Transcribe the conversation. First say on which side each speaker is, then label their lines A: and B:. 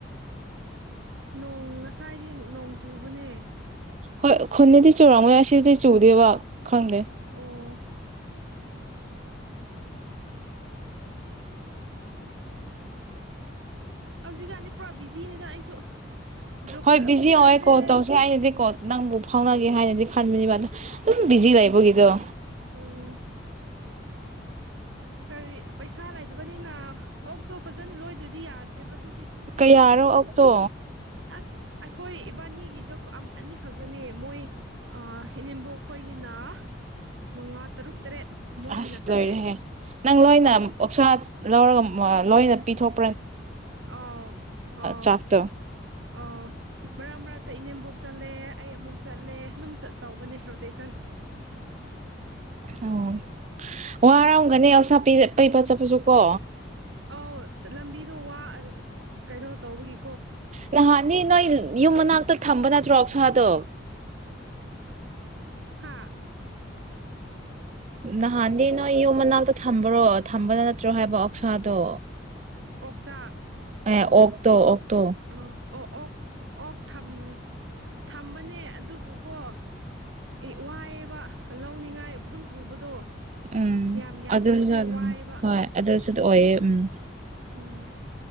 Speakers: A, on the right (about 70°); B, on the right (about 35°).
A: ꯅꯣꯡ ꯉꯁꯥꯏꯗꯤ ꯅꯣꯡ ꯆꯨꯕꯅꯦ
B: ꯍꯣꯏ ꯈꯨꯟꯗꯗꯤ ꯆꯨꯔꯝꯒꯅꯤ ꯑꯁꯤꯗꯗꯤ ꯆꯨꯗꯦꯕ ꯈꯪꯗꯦ
A: ꯑꯣ <unintelligible> ꯍꯧꯖꯤꯛꯀꯥꯟꯗꯤ ꯄꯨꯔꯥ ꯕꯤꯖꯤꯅꯤꯗ ꯑꯩꯁꯨ ꯖꯣꯕ ꯀꯥꯔꯗ
B: ꯍꯣꯏ
A: ꯑꯃꯨꯛ
B: ꯕꯤꯖꯤ
A: ꯆꯠꯂꯦ
B: ꯑꯣꯏꯀꯣ ꯀꯣꯜ ꯇꯧꯁꯦ ꯍꯥꯏꯅꯗꯤ ꯀꯣꯜ ꯅꯪꯕꯨ ꯐꯥꯎꯅ ꯅꯒꯦ ꯍꯥꯏꯅꯗꯤ ꯈꯟꯕꯅꯤꯕ ꯑꯗꯨꯝ ꯕꯤꯖꯤ ꯂꯩꯕꯒꯤꯗꯣ
A: ꯎꯝ ꯀꯔꯤ ꯄꯩꯁꯥ ꯂꯩꯗꯕꯅꯤꯅ ꯑꯣꯛꯇꯣ ꯐꯖꯟꯅ ꯂꯣꯏꯗꯗꯤ ꯌꯥꯗ꯭ꯔꯦꯕ ꯑꯗꯨꯒꯤ
B: ꯀꯌꯥꯔꯣ ꯑꯣꯛꯇꯣ
A: ꯑꯁ ꯑꯩꯈꯣꯏ ꯏꯕꯥꯅꯤꯒꯤꯗꯣ ꯑꯝ ꯑꯅꯤꯈꯛꯇꯅꯦ ꯃꯣꯏ ꯑꯥ ꯏꯅꯦꯝꯕꯣꯛ ꯈꯣꯏꯒꯤꯅ ꯃꯉꯥ ꯇꯔꯨꯛ ꯇꯔꯦꯠ ꯃꯣꯏꯒꯤꯅ
B: ꯑꯁ
A: ꯇꯔꯦꯠ
B: ꯂꯣꯏꯔꯦꯍꯦ ꯅꯪ ꯂꯣꯏꯅ ꯑꯣꯛꯁꯥ ꯂꯧꯔꯒ ꯃ ꯂꯣꯏꯅ ꯄꯤꯊꯣꯛ
A: ꯑꯥꯎ ꯑꯥꯎ
B: ꯆꯥꯛꯇꯣ
A: ꯑꯥꯎ ꯃꯔꯛ ꯃꯔꯛꯇ ꯏꯅꯦꯝꯕꯣꯛ ꯆꯠꯂꯦ ꯑꯩ ꯑꯃꯨꯛ ꯆꯠꯂꯦ ꯑꯗꯨꯝ ꯇꯧꯕꯅꯦ ꯔꯣꯇꯦꯁꯟ
B: ꯎꯝ ꯋꯥꯔꯝꯒꯅꯤ ꯑꯣꯛꯁꯥ ꯄꯤ ꯄꯤꯕ ꯆꯠꯄꯁꯨ ꯀꯣ
A: ꯑꯧ ꯂꯝꯕꯤꯗꯣ ꯋꯥ ꯑꯁ ꯀꯩꯅꯣ ꯇꯧꯕꯒꯤ
B: ꯅꯍꯟꯗꯤ ꯅꯣꯏ ꯌꯨꯝ ꯃꯅꯥꯛꯇ ꯊꯝꯕ ꯅꯨꯠꯇꯔꯣ ꯑꯣꯀꯁꯥ ꯇꯣ
A: ꯍꯥꯥ
B: ꯅꯍꯥꯟꯗꯤ ꯅꯣꯏ ꯌꯨꯝ ꯃꯅꯥꯛꯇ ꯊꯝꯕ꯭ꯔꯣ ꯊꯝꯕꯗ ꯅꯠꯇ꯭ꯔꯣ ꯍꯥꯏꯕ ꯑꯣꯛꯁꯥꯗꯣ
A: ꯑꯣꯛꯆꯥꯛ
B: ꯑꯦ
A: ꯑꯣ
B: ꯑꯣꯛꯇꯣ ꯑꯣꯛꯇꯣ
A: ꯑꯣ ꯑꯣ ꯑꯣꯛ ꯑꯣꯛ ꯊꯝ ꯊꯝꯕꯅꯦ ꯑꯗꯨꯕꯨꯀꯣ ꯏ ꯋꯥꯏꯌꯦꯕ ꯂꯧꯅꯤꯉꯥꯏ ꯑꯗꯨꯝ ꯄꯨꯕꯗꯣ
B: ꯎꯝ
A: ꯌꯥꯝ ꯌꯥꯝ
B: ꯑꯗꯨꯁꯨ
A: ꯄꯨꯔꯗꯤ
B: ꯑꯗꯨꯝ
A: ꯋꯥꯏꯑꯦꯕ
B: ꯍꯣꯏ ꯑꯗꯨꯁꯨ ꯑꯣꯏꯌꯦ ꯎꯝ
A: ꯎꯝ